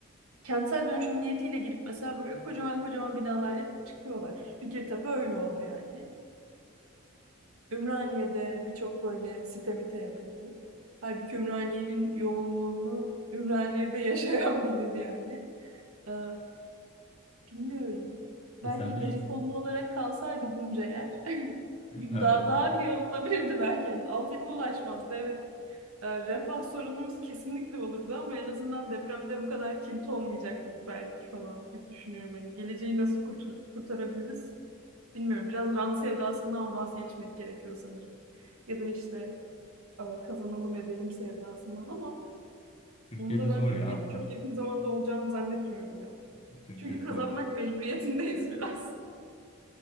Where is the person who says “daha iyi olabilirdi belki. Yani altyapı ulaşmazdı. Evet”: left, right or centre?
Right